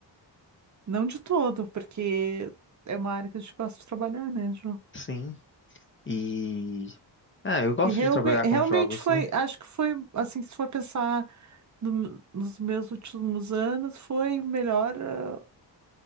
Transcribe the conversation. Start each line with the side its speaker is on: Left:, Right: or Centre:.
Right: Não de todo, porque é uma área que a gente gosta de trabalhar, né, João?
Left: sim. E. Ah, eu gosto
Right: E realme-
Left: de trabalhar
Right: realmente
Left: com jogos,
Right: foi,
Left: né?
Right: acho que foi, assim, se for pensar no- nos meus últimos anos, foi o melhor. ah,